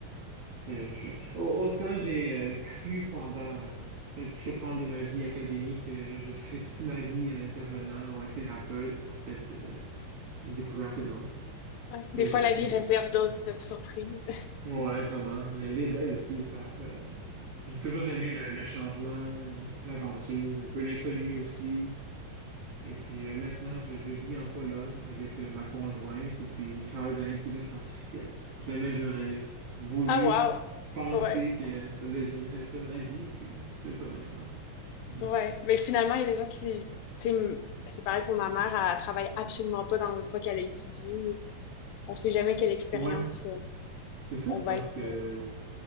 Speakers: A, on the right (about 45°); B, on the left (about 85°).
A: Euh, je- au- Autant j'ai euh, cru pendant euh, peut-être sept ans de ma vie académique que je serais toute ma vie un intervenant ou un thérapeute, en fait, euh, j'ai découvert que non.
B: Ouais. Des
A: Et
B: fois,
A: euh,
B: la
A: c'est
B: vie
A: ça.
B: réserve d'autres surprises. <laughs>
A: Ouais, vraiment. Mais elle est belle aussi, ça. ça- J'ai toujours aimé le, le changement, euh, l'aventure, un peu l'inconnu aussi. Et puis euh, maintenant, je, je vis en Pologne avec euh, ma conjointe et puis je travaille dans l'intelligence artificielle. Jamais j'aurais voulu
B: Ah, wow.
A: penser
B: Ouais.
A: que ça deviendrait ça ma vie, puis c'est ça maintenant. Ouais,
B: Ouais. Mais finalement, il y a des gens qui, tu sais, m- c'est pareil pour ma mère, elle travaille absolument pas dans quoi qu'elle a étudié. On sait jamais quelle expérience
A: ouais,
B: euh,
A: c'est ça
B: on va
A: parce
B: être.
A: que
B: euh,